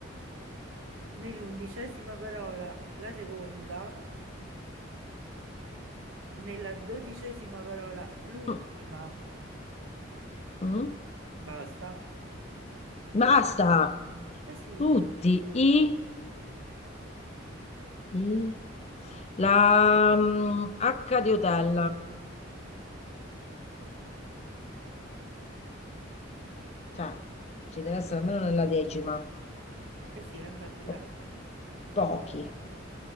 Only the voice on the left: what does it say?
Mm, mm.
Basta!
Tutti i... i- la mm, H di hotel. Cioè, ci deve essere almeno nella decima.
Po-
pochi,